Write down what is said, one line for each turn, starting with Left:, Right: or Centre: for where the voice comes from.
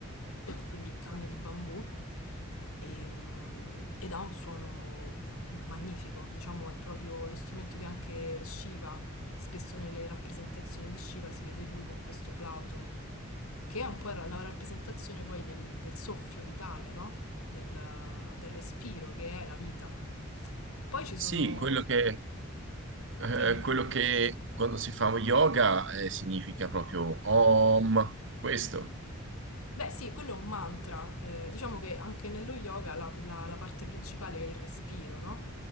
Left: quindi canne di bambù e, mm, ed ha un suono magnifico, diciamo è proprio lo strumento che anche Shiva, spesso nelle rappresentazioni di Shiva si vede lui con questo flauto, che è un po' la rappresentazione poi del, del soffio vitale, no? Del, del respiro che è la vita. Poi ci sono,
Right: Sì, quello che, eh,
Left: dimmi.
Right: quello che quando si fa yoga eh, significa proprio Om, questo.
Left: Beh sì, quello è un mantra, eh, diciamo che anche nello yoga la, la- la parte principale è il respiro, no?